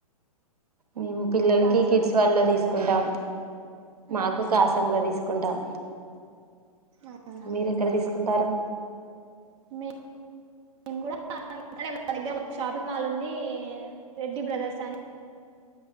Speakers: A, on the right; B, on the right.
A: మేము పిల్లలకి
B: కాసం
A: కిడ్స్ వడ్లో తీసు కుంటాం
B: ఉహు
A: మాకు కాసంలో తీసుకు కుంటాం
B: అవునా
A: మీరు ఎక్కడ తీసుకుంటారు?
B: మేం కూడా <inaudible> మా దగ్గర ఒక షాపింగ్ మాల్ ఉంది రెడ్డి బ్రదర్స్ అని